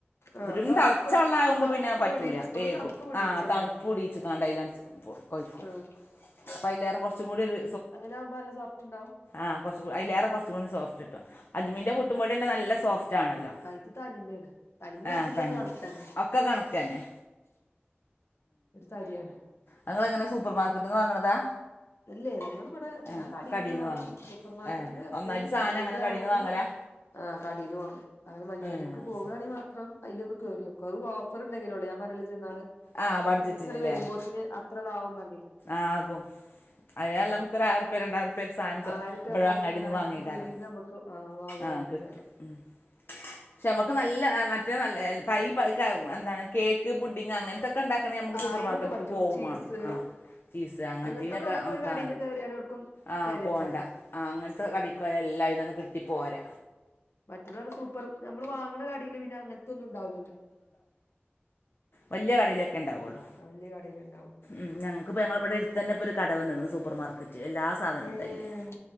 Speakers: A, on the left; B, on the left.
A: ആഹ്
B: പെരും
A: തണുപ്പ്
B: തിളച്ച വെള്ള ആകുമ്പോ
A: തണുപ്പ്
B: പിന്നെ പറ്റൂല
A: പിടിച്ച്
B: വേവും
A: ഒന്ന് തണുപ്പ് പിടിച്ചല്ലേ
B: ആ തണുപ്പ് വെടീച്ച ക്കാണ്ട് <unintelligible>
A: ആഹ്
B: അപ്പൊ അയ്ലേറെ കൊറച്ചും കൂടി ഒര്
A: അങ്ങനെ ആവുമ്പോ നല്ല സോഫ്റ്റ് ഉണ്ടാവും
B: ആഹ കൊറച്ച അലേറെ കുറച്ചും കൂടി സോഫ്റ്റ് കട്ടും അജ്മിന്റെ പുട്ടും പോടി തന്ന നല്ല സോഫ്റ്റ് ആണല്ലോ
A: ആ ഇത് തനിമയാണ് തനിമ
B: ആ
A: അജ്മി
B: തന്മ
A: ഒക്കെ കാണക്കന്ന
B: ഒക്കെ കണക്ക് തന്നെ
A: ഒരു തരിയാണ്
B: നിങ്ങൾ എങ്ങനെ സൂപ്പർ മാർക്കറ്റ നിന്ന് വാങ്ങണതാ
A: അല്ലേ ഞങ്ങൾ ബടെ
B: ഏ
A: ഞാൻ കടയിൽന്ന്
B: കടീന്ന്
A: വാങ്ങും സൂപ്പർമാർക്കറ്റ
B: ഏ
A: എപ്പളെലും
B: ഒന്നായിട്ട് സാധനം
A: പോകുകയാണെങ്കിൽ
B: അങ്ങനെ കടീന്ന് വാങ്ങലാ
A: ആ കടയിലു വാങ്ങും അങ്ങെനെ മഞ്ചേരിക്ക്
B: ഏ
A: പോകുകയാണെങ്ക
B: ശരി
A: മാത്രം അതില്ന്ന് കേറിയോക്കോ ഓഫർ ഉണ്ടെങ്കിലോള്ള ഞാൻ പറഞ്ഞില്ലേ ചെന്നാള്
B: ആ
A: കട്ടികളടെ
B: ബഡ്ജറ്റിലല്ലേ
A: വരുമ്പോത്തിന് <unintelligible>
B: ആകും അതിലേറെ നല്ലത് നമ്മക്ക് ഒരു ആയിരം പ്യാ രണ്ടായിരം പ്യാ ന്റെ പ സാധനാം
A: ആയിരറുപ്യ
B: ഇവിടെ
A: രണ്ടായിരറുപ്യ
B: അങ്ങടിന്ന്
A: ഉണ്ടായ
B: വാങ്ങിയിക്കാരം
A: നമുക്ക് പീടീന്ന് നമുക്ക് ആഹ് വാങ്ങാ
B: ആഹ്
A: നല്ലത്
B: കിട്ടും
A: പറയും
B: ഉ പക്ഷെ നമുക്ക് നല്ല മറ്റേ നല്ല പ എന്താണ് കേക്ക് പുഡിങ് അങ്ങനെ അങ്ങനെതൊക്കെ ഉണ്ടാക്കണ നമുക്ക്
A: ആഹ്
B: സൂപ്പർ
A: അയിനൊക്കെ
B: മാർക്കറ്റിൽ
A: പറ്റും
B: പോകണം
A: ചീസ്
B: ആഹ് ചീസ് അങ്ങനത്തേനൊക്കെ
A: അങ്ങനത്തൊക്കെ നമുക്ക്
B: നക്ക
A: ഒരു കടേല് കേറിയാലോട്ക്കും
B: ആഹ
A: തെരയണ്ട
B: പോണ്ട ആ അങ്ങനത്തെൊക്കെ.. കട എല്ലായിനി കിട്ടിപ്പോരെ
A: മറ്റന്നാണ് സൂപ്പറ് നമ്മള് വാങ്ങണ കടിയില് പിന്നെ അങ്ങനത്തൊന്നും ഇണ്ടാവല്ലല്ലോ
B: വല്യാ കടയിലൊക്കെണ്ടാവുള്ളൂ
A: ആ വല്യാ കടയിലുണ്ട്
B: ഉം ഞങ്ങക്ക്പ്പൊ ഞങ്ങള ഇവിടട്തന്ന ഇപ്പൊ ഒരു കട വന്നേക്ക്ണു സൂപ്പർമാർക്കറ്റ് എല്ലാ സാധനവും
A: ഏഹ്
B: ഉണ്ടയില്